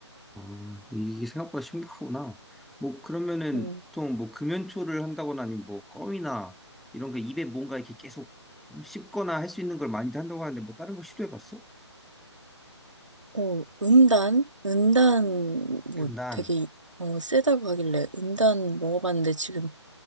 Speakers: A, in the centre; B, on the right.
A: 아, 이게 생각보다 심각하구나. 뭐, 그러면은
B: 어.
A: 보통 뭐 금연초를 한다거나 아니면 뭐 껌이나 이런 거 입에 뭔가 이렇게 계속 씹거나 할 수 있는 걸 많이들 한다고 하는데 뭐 다른 거 시도해봤어?
B: 어, 은단? 은단, 뭐
A: 난,
B: 되게, 어, 세다고 하길래 은단 먹어봤는데 지금